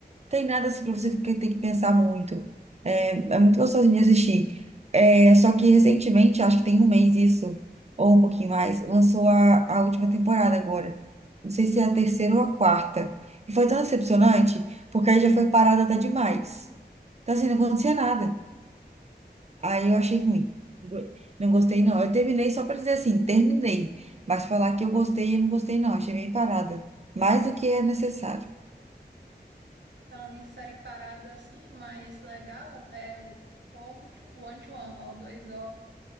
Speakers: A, on the right; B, on the right.
A: tem nada assim pra você ficar- ter que pensar muito. É, é muito gostosinho de assistir. É, só que recentemente, acho que tem um mês isso, ou um pouquinho mais, lançou a, a última temporada agora. Não sei se é a terceira ou a quarta. E foi tão decepcionante, porque aí já foi parada até demais. Então, assim, não acontecia nada. Aí
B: Nossa.
A: eu achei ruim. Não gostei, não. Eu terminei só para dizer assim, terminei. Mas falar que eu gostei, eu não gostei, não. Achei bem parada. Mais do que é necessário.
B: Falando em série parada assim, mais legal, é o One to One, to One, O2O.